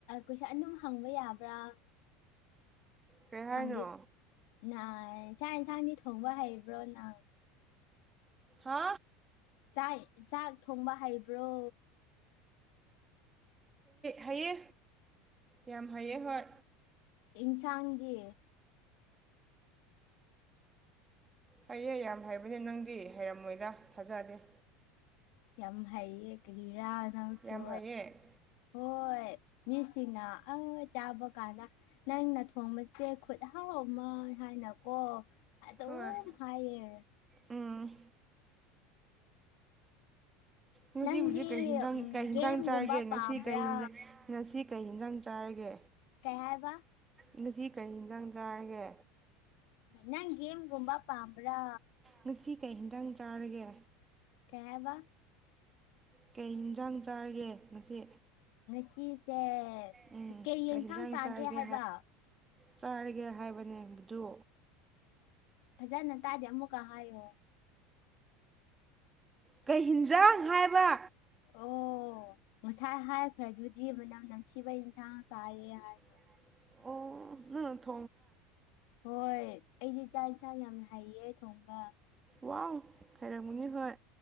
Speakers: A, on the left (about 60°); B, on the right (about 20°).
A: ꯀꯣꯏꯁꯟ ꯑꯗꯨꯝ ꯍꯪꯕ ꯌꯥꯕ꯭ꯔꯥ
B: ꯄꯦꯔꯥꯏꯗ
A: ꯍꯪꯒꯦ ꯅ ꯆꯥꯛ ꯏꯟꯁꯥꯡꯗꯤ ꯊꯣꯡꯕ ꯍꯩꯕ꯭ꯔꯣ ꯅꯪ
B: ꯍꯥ
A: ꯆꯥꯛ ꯆꯥꯛ ꯊꯣꯡꯕ ꯍꯩꯕ꯭ꯔꯣ
B: ꯍꯥꯏꯌꯦ ꯌꯥꯝ ꯍꯥꯏꯩꯑ ꯍꯣꯏ
A: ꯏꯟꯁꯥꯟꯒ
B: ꯍꯩꯌꯦ ꯌꯥꯝ ꯍꯥꯏꯕꯅꯦ ꯅꯪꯗꯤ ꯍꯩꯔꯝꯃꯣꯏꯗ ꯊꯥꯖꯗꯦ
A: ꯌꯥꯝ ꯍꯩꯌꯦ ꯀꯔꯤꯔꯥ ꯅꯪꯁꯨ
B: ꯌꯥꯝ ꯐꯩꯌꯦ
A: ꯍꯣꯏ ꯃꯤꯁꯤꯡꯅ ꯆꯥꯕ ꯀꯥꯟꯗ ꯅꯪꯅ ꯊꯣꯡꯕꯁꯦ ꯈꯨꯠꯥꯎ ꯣ ꯑꯃ ꯍꯥꯏꯅꯀꯣ ꯑꯗꯨ
B: ꯍꯣꯏ
A: ꯑꯗꯨꯝ ꯍꯥꯏꯌꯦ
B: ꯎꯝ ꯉꯁꯤꯕꯨꯗꯤ
A: ꯅꯪꯗꯤ
B: ꯀ
A: ꯎꯝ
B: ꯀꯩ ꯍꯤꯟꯖꯥꯡ
A: ꯒꯦꯝꯒꯨꯝꯕ
B: ꯆꯥꯔꯒꯦ ꯉꯁꯤ
A: ꯄꯥꯝꯕ꯭ꯔꯥ
B: ꯀꯩ ꯉꯁꯤ ꯀꯩ ꯍꯟꯗꯪ ꯆꯥꯔꯒꯦ
A: ꯀꯌꯥ ꯍꯥꯏꯕ
B: ꯉꯁꯤ ꯀꯩ ꯌꯦꯟꯖꯥꯡ ꯆꯥꯔꯒꯦ
A: ꯅꯪ ꯦꯝꯒꯨꯝꯕ ꯄꯥꯝꯕ꯭ꯔꯥ
B: ꯉꯁꯤ ꯀꯩ ꯍꯦꯟꯖꯥꯡ ꯆꯥꯔꯒꯦ
A: ꯀꯦꯕ
B: ꯀꯩ ꯌꯦꯟꯖꯥꯡ ꯆꯥꯔꯒꯦ ꯉꯁꯤ
A: ꯉꯁꯤꯁꯦ
B: ꯎꯝ
A: ꯀꯩ ꯌꯦꯟꯁꯥꯡ
B: ꯍꯤꯟꯖꯥꯡ
A: ꯆꯥꯒꯦ
B: ꯆꯥꯔꯒꯦ
A: ꯍꯥꯏꯕ
B: ꯆꯥꯔꯒꯦ ꯍꯥꯏꯕꯅꯦ ꯃꯗꯨ
A: ꯐꯖꯅ ꯇꯥꯖꯦ ꯑꯃꯨꯛꯀ ꯍꯥꯏꯣ
B: ꯀꯩ ꯍꯤꯟꯖꯥꯡ ꯍꯥꯏꯕ
A: ꯑꯣ ꯉꯁꯥꯏ ꯍꯥꯏꯈ꯭ꯔꯗꯨꯗꯤ ꯃꯅꯝ ꯅꯝꯊꯤꯕ ꯌꯦꯟꯁꯥꯡ ꯆꯥꯏꯌꯦ ꯍꯥꯏꯅ
B: <unintelligible> <inaudible> ꯎ <unintelligible> <inaudible>
A: ꯍꯣꯏ ꯑꯩꯗꯤ ꯆꯥꯛ ꯏꯟꯁꯥꯡ ꯌꯥꯝ ꯍꯩꯌꯦ ꯊꯣꯡꯕ
B: ꯋꯥ ꯍꯥꯏꯩꯔꯝꯃꯨꯅꯤ ꯍꯣꯏ